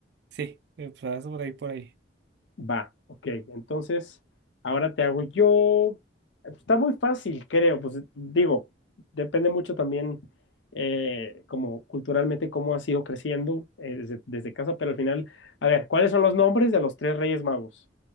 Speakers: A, on the right; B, on the left.
A: Sí, eh, pues, por ahí, por ahí.
B: Va, ok. Entonces, ahora te hago yo. Está muy fácil, creo. Pues digo, depende mucho también, eh, como culturalmente, cómo has ido creciendo eh, desde, desde casa, pero al final, a ver, ¿cuáles son los nombres de los tres reyes magos?